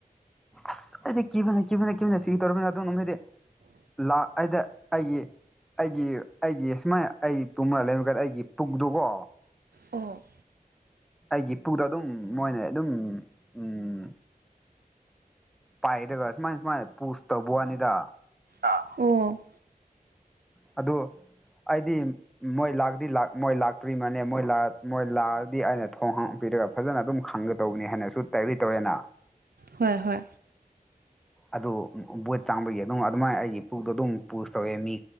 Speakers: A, in the centre; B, on the right.
A: ꯑꯁ ꯑꯩꯗꯤ ꯀꯤꯕꯅꯦ ꯀꯤꯕꯅꯦ ꯀꯤꯕꯅꯦ ꯁꯤ ꯇꯧꯔꯕꯅꯤꯅ ꯑꯝꯅꯨꯡ ꯍꯥꯏꯗꯤ ꯂ ꯑꯩꯗ ꯑꯩꯒꯤ ꯑꯩꯒꯤ ꯑꯩꯒꯤ ꯁꯨꯃꯥꯏꯅ ꯑꯩꯒꯤ ꯇꯨꯝꯃ ꯂꯩꯔꯒꯥꯟꯗ ꯑꯩꯒꯤ ꯇꯧꯕꯘꯣꯀꯣ
B: ꯑꯣ
A: ꯑꯩꯒꯤ ꯏꯄꯨꯗ ꯑꯗꯨꯝ ꯃꯣꯏꯅ ꯑꯗꯨꯝ ꯎꯝ ꯄꯥꯏꯔꯒ ꯁꯨꯃꯥꯏ ꯁꯨꯃꯥꯏꯅ ꯄꯨꯁ ꯇꯧꯕ ꯋꯥꯅꯤꯗ
B: ꯑꯣ
A: ꯑꯗꯨ ꯑꯩꯗꯤ ꯃꯣꯏ ꯂꯥꯛꯗꯤ ꯃꯣꯏ ꯂꯥꯛꯇ꯭ꯔꯤ ꯃꯅꯦ ꯃꯣꯏ ꯃꯣꯏ ꯂꯥꯛꯑꯗꯤ ꯑꯩꯅ ꯊꯣꯡ ꯍꯪ ꯄꯤꯔꯒ ꯐꯖꯅ ꯑꯗꯨꯝ ꯈꯪꯒꯗꯧꯕꯅꯤ ꯍꯥꯏꯅꯁꯨ ꯇꯥꯏꯂꯤ ꯇꯧꯋꯦꯅ
B: ꯍꯣꯏ ꯍꯣꯏ
A: ꯑꯗꯨ ꯕꯣꯏ ꯇꯡꯕꯒꯤ ꯑꯗꯨꯝ ꯑꯗꯨꯃꯥꯏꯅ ꯑꯩꯒꯤ ꯄꯨꯗꯣ ꯑꯗꯨꯝ ꯄꯨꯁ ꯇꯧꯋꯦ ꯃꯤ